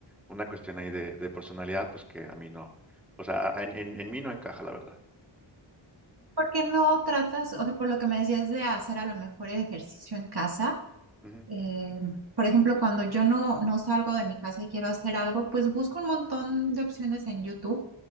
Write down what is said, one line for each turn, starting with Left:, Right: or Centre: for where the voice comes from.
Centre: una cuestión ahí de, de personalidad, pues que a mí no. O sea, en, en, en mí no encaja, la verdad.
Right: ¿Por qué no tratas, o sea, por lo que me decías de hacer a lo mejor ejercicio en casa?
Centre: Ujú.
Right: eh, por ejemplo, cuando yo no, no salgo de mi casa y quiero hacer algo, pues busco un montón de opciones en YouTube.